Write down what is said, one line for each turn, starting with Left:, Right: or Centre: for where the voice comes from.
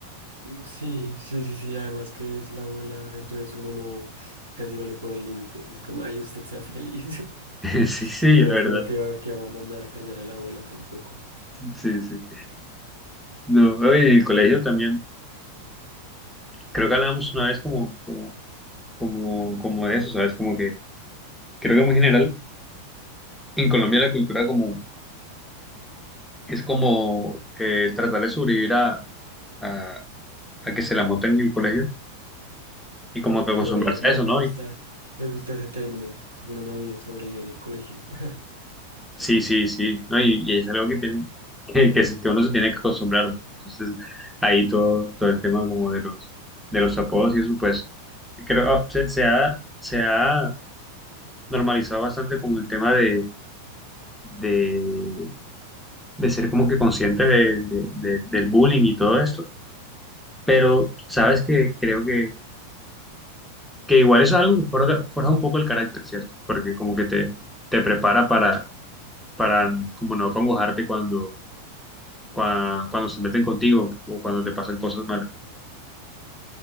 Right: Sí, sí, sí, sí, además que es la abuela, entonces uno no, casi no le pone límites, es como, ay, usted sea feliz. <laughs>
Centre: <laughs> Sí, sí,
Right: Y parece
Centre: la verdad,
Right: uno que, va- que va a mandar a callar a la abuela tampoco.
Centre: sí, sí. No, oye, en el colegio también, creo que hablábamos una vez como, como, como, como de eso, ¿sabes? Como que creo que muy general en Colombia la cultura como Es como eh, tratar de sobrevivir a, a, a que se la monten en el colegio y como que acostumbrarse
Right: Sobrevivir. Me,
Centre: a eso, ¿no?
Right: me gusta,
Centre: Y-
Right: me gusta ese término. Uno no vive, sobrevive en el colegio. <laughs>
Centre: sí, sí, sí, ¿no? Y, y es algo que tiene, que, que, se- que uno se tiene que acostumbrar, ¿no? Entonces, ahí todo, todo el tema como de los, de los apodos y eso, pues, creo, ah, se, se ha, se ha normalizado bastante como el tema de, de, de ser como que consciente de, de- de- del bullying y todo esto, pero
Right: Ajá.
Centre: sabes que creo que Que igual eso es algo que forja, forja un poco el carácter, ¿cierto? Porque como que te, te prepara para, para como no acongojarte cuando, cua- cuando, se meten contigo o cuando te pasan cosas malas.